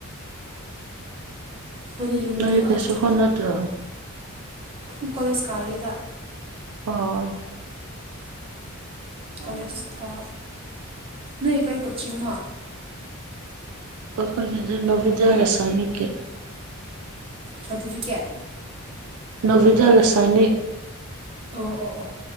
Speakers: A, on the right; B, on the right.
A: ꯑꯩꯈꯣꯏꯗꯤ ꯌꯨꯝ
B: ꯅꯪꯗꯤ
A: ꯌꯨ
B: ꯀꯩꯁꯨ
A: ꯍꯣꯁꯇꯦ
B: ꯍꯣꯠꯅꯗ꯭ꯔꯣ
A: ꯎꯝ ꯀꯣꯂꯦꯖ ꯀꯥꯔꯤꯌꯦꯗ
B: ꯑꯣ
A: ꯀꯣꯂꯦꯖ ꯀꯥ ꯅꯣꯏ ꯀꯩ ꯀꯣꯆꯤꯡꯅꯣ
B: ꯑꯈꯣꯏꯒꯤꯗꯨ ꯅꯕꯣꯗ꯭ꯌꯥꯒ ꯁꯥꯏꯅꯤꯛꯀꯤ
A: ꯁꯥꯔꯇꯤꯐꯤꯀꯦꯠ
B: ꯅꯕꯣꯗ꯭ꯌꯥꯒ ꯁꯥꯏꯅꯤꯛ
A: ꯑꯣ ꯑꯣ ꯑꯣ